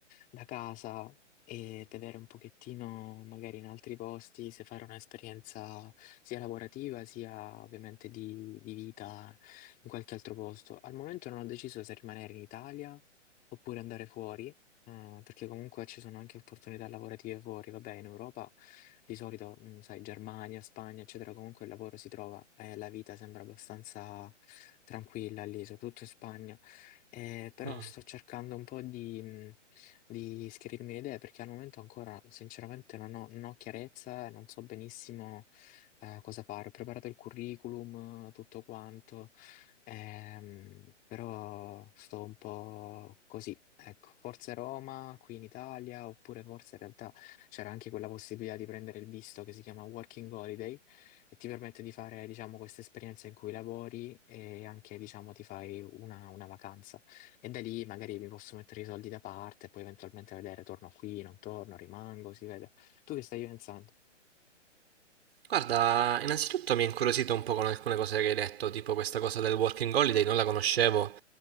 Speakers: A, on the left; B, on the right.
A: da casa e vedere un pochettino magari in altri posti se fare un'esperienza sia lavorativa sia ovviamente di, di vita in qualche altro posto. Al momento non ho deciso se rimanere in Italia oppure andare fuori. Eh, perché comunque ci sono anche opportunità lavorative fuori, vabbè, in Europa di solito, mm, sai, Germania, Spagna, eccetera, comunque il lavoro si trova e la vita sembra abbastanza tranquilla lì, soprattutto in Spagna. Eh, però
B: Mm.
A: sto cercando un po' di, mm, di schiarirmi le idee perché al momento ancora, sinceramente, non ho, non ho chiarezza e non so benissimo, eh, cosa fare. Ho preparato il curriculum, eh, tutto quanto, Ehm, però sto un po' così, ecco, forse Roma qui in Italia, oppure forse in realtà c'era anche quella possibilità di prendere il visto che si chiama Working Holiday e ti permette di fare, diciamo, questa esperienza in cui lavori e anche, diciamo, ti fai una, una vacanza. E da lì magari mi posso mettere i soldi da parte e poi eventualmente vedere, torno qui, non torno, rimango, si vede. Tu che stai pensando?
B: Guarda, innanzitutto mi ha incuriosito un po' con alcune cose che hai detto, tipo questa cosa del working holiday, non la conoscevo